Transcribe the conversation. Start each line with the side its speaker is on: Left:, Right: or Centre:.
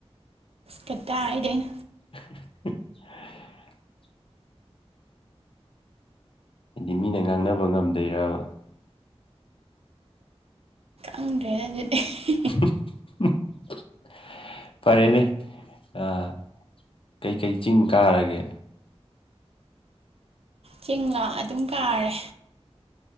Right: ꯀꯗꯥꯏꯗꯩꯅꯣ
Left: <inaudible> ꯍꯥꯏꯗꯤ ꯃꯤꯅ ꯉꯥꯡꯅꯕ ꯉꯝꯗꯣꯏꯔꯕ
Right: ꯑꯪꯗ꯭ꯔꯦ ꯑꯗꯨꯗꯤ <unintelligible>
Left: <unintelligible> ꯐꯔꯦꯅꯦ ꯑꯥ ꯀꯩꯀꯩ ꯆꯤꯡ ꯀꯥꯔꯒꯦ
Right: ꯆꯤꯡꯂꯣ ꯑꯗꯨꯝ ꯀꯥꯔꯦ